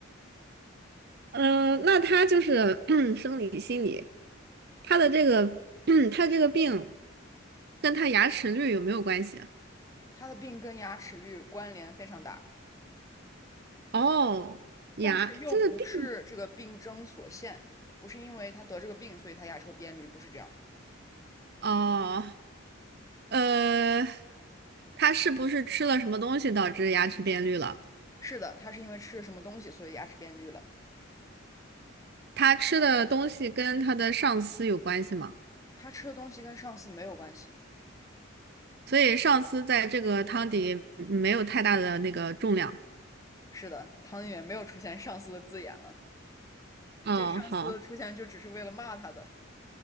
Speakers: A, on the right (about 50°); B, on the left (about 15°).
A: <laughs> 嗯，那他就是 <clears throat> 生理、心理，他的这个 <clears throat> 他这个病跟他牙齿绿有没有关系啊
B: 他的病跟牙齿率关联非常大。
A: 哦，牙，
B: 但是又不是这个病症所限，
A: 这个病
B: 不是因为他得这个病，所以他牙齿会变绿，不是这样的。
A: 哦，呃，他是不是吃了什么东西导致牙齿变绿了？
B: 是的，他是因为吃了什么东西，所以牙齿变绿了。
A: 他吃的东西跟他的上司有关系吗？
B: 他吃的东西跟上司没有关系。
A: 所以上司在这个汤底没有太大的那个重量。
B: 是的，汤里面没有出现上司的字眼了，
A: 哦，
B: 这个上司的出现就只是为了骂他的。
A: 好。